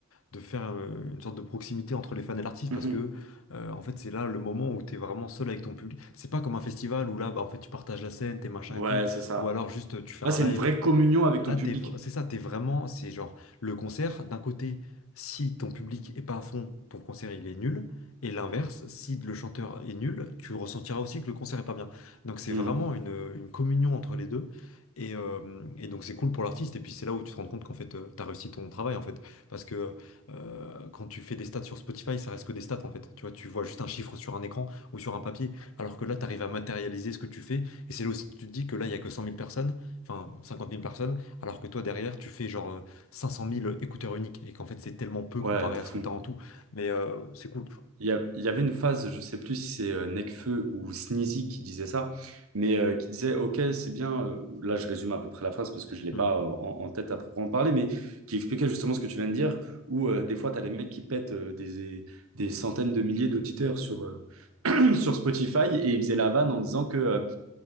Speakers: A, on the left (about 75°); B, on the right (about 85°).
A: de faire euh, une sorte de proximité entre les fans et l'artiste
B: ouais.
A: parce
B: Mhm.
A: que euh, en fait c'est là le moment où tu es vraiment seul avec ton public. C'est pas comme un festival où là bah en fait tu partages la scène, tes machins
B: Ouais,
A: et tout,
B: c'est ça.
A: ou alors juste euh, tu fais
B: Là,
A: un
B: c'est
A: live,
B: une vraie communion avec
A: Là,
B: ton
A: t'es
B: public.
A: v- c'est ça, t'es vraiment, c'est genre le concert, d'un côté, si ton public est pas à fond, ton concert il est nul, et l'inverse, si le chanteur est nul, tu ressentiras aussi que le concert est pas bien. Donc c'est
B: Mhm.
A: vraiment une, une communion entre les deux, et, euh, et donc c'est cool pour l'artiste, et puis c'est là où tu te rends compte qu'en fait, euh, t'as réussi ton travail, en fait, parce que euh, quand tu fais des stats sur Spotify, ça reste que des stats, en fait. Tu vois, tu vois juste un chiffre sur un écran ou sur un papier, alors que là, t'arrives à matérialiser ce que tu fais, et c'est là où tu te dis que là, il y a que cent mille personnes, enfin cinquante mille personnes alors que toi, derrière, tu fais genre euh, 500 000 écouteurs uniques et qu'en fait, c'est tellement peu
B: Ouais,
A: comparé
B: de
A: à
B: fou.
A: ce que tu as en tout. Mais euh, c'est cool.
B: Il y, a- il y avait une phase, je sais plus si c'est euh, Nekfeu ou Sneezy qui disait ça, mais euh, qui disait, OK, c'est bien, euh, là je résume à peu près la phrase parce que je ne l'ai
A: Hmm.
B: pas euh, en, en tête à proprement parler, mais qui expliquait justement ce que tu viens de dire, où euh, des fois tu as des mecs qui pètent euh, des, des centaines de milliers d'auditeurs sur, euh, <clears throat> sur Spotify et ils faisaient la vanne en disant que